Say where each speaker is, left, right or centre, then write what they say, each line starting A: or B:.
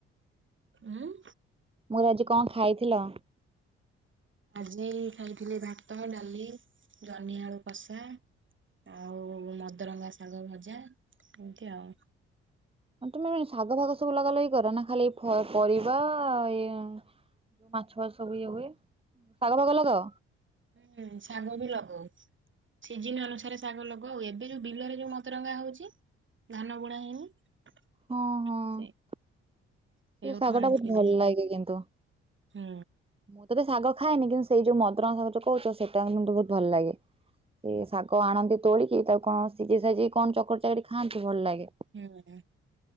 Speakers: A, on the right; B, on the right.
A: ହୁଁ
B: ମୁଁ ଆଜି କଣ ଖାଇଥିଲ?
A: ଆଜି ଖାଇଥିଲି ଭାତ ଡାଲି ଜହ୍ନିଆଳୁ କଷା। ଆଉ ମଦରଙ୍ଗା ଶାଗ ଭଜା ଏମିତି ଆଉ।
B: ଅ ତୁମେ ଶାଗ ଫାଗ ସବୁ ଲଗା ଲଗି କର ନା ଖାଲି ଫ ପରିବା ଏଇ ଉଁ ମାଛ ସବୁ ଇଏ ହୁଏ। ଶାଗ ଫାଗ ଲଗାଅ?
A: ହୁଁ ଶାଗ ବି ଲଗଉ। ସିଜିନ ଅନୁସାରେ ଶାଗ ଲଗଉ ଆଉ ଏବେ ଯୋଉ ବିଲରେ ଯୋଉ ମଦରଙ୍ଗା ହଉଛି ଧାନ ବୁଣା ହେଇନି।
B: ହଁ ହଁ।
A: ସେ ସେଇଠୁ
B: ସେ ଶାଗ
A: ଆଣିଥିଲି
B: ଟା ବହୁତ ଭଲ
A: ଯାଇକି
B: ଲାଗେ କିନ୍ତୁ।
A: ହୁଁ।
B: ମୁଁ ତ ବେ ଶାଗ ଖାଏନି କିନ୍ତୁ ସେଇ ଯୋଉ ମଦୁରଙ୍ଗା <unintelligible> କହୁଛ ସେଇଟା ମତେ ବହୁତ ଭଲ ଲାଗେ। ସେ ଶାଗ ଆଣନ୍ତି ତୋଳିକି ତାକୁ କଣ ସିଝି ଶାଜି କଣ ଚକଟି ଚାକଟି ଖାଆନ୍ତି ଭଲ ଲାଗେ।
A: ହୁଁ